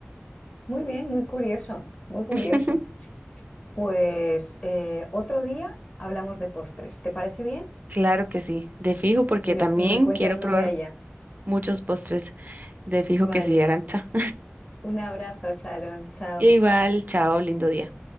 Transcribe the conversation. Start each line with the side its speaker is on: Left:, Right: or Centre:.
Left: Muy bien, muy curioso, muy curioso.
Right: <laughs>
Left: Pues eh, otro día hablamos de postres, ¿te parece bien?
Right: Claro que sí, de fijo, porque
Left: y me,
Right: también
Left: me cuentas
Right: quiero
Left: los
Right: probar
Left: de allá.
Right: muchos postres. De fijo
Left: Vale,
Right: que sí, Arancha.
Left: un abrazo, Sharon.
Right: <laughs>
Left: Chao.
Right: Igual, chao, lindo día.